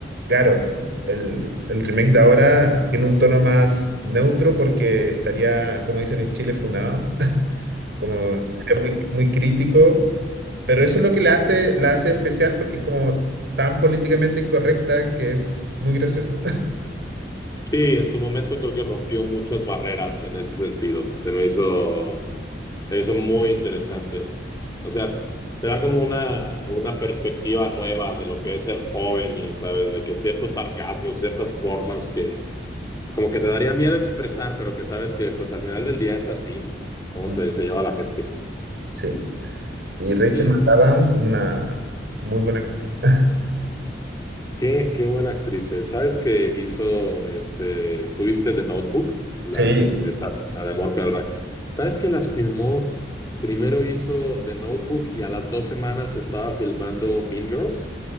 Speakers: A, on the right; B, on the left.
A: claro, el, el remake de ahora tiene un tono más neutro porque estaría, como dicen en Chile, funado, <laughs> como sería muy, muy crítico, pero eso es lo que la hace, la hace especial porque es como tan políticamente incorrecta que es muy gracioso. <laughs>
B: Sí, en su momento creo que rompió muchas barreras en ese sentido. Se me hizo eso muy interesante. O sea, te da como una, una perspectiva nueva de lo que es ser joven y, sabes, de que ciertos sarcasmos, ciertas formas que como que te daría miedo expresar, pero que sabes que pues al final del día es así, ¿no? Cómo
A: Mm,
B: te, se lleva la gente.
A: Sí. Y Rachel
B: Eh,
A: McAdams, una muy buena actriz. <laughs>
B: Qué, qué buena actriz. es. ¿Sabes que hizo, este, tuviste The Notebook, la,
A: Sí,
B: esta, la de Amor con el Rayo? ¿Sabes que las filmó? Primero hizo The Notebook y a las dos semanas estaba filmando Mean Girls.